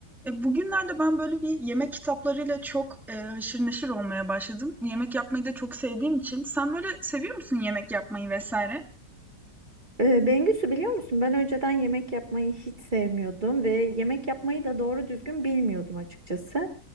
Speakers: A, in the centre; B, on the right.
A: E, bugünlerde ben böyle bir yemek kitaplarıyla çok, eee, haşır neşir olmaya başladım. Yemek yapmayı da çok sevdiğim için. Sen böyle seviyor musun yemek yapmayı vesaire?
B: Ee, Bengüsü biliyor musun? Ben önceden yemek yapmayı hiç sevmiyordum ve yemek yapmayı da doğru düzgün bilmiyordum açıkçası.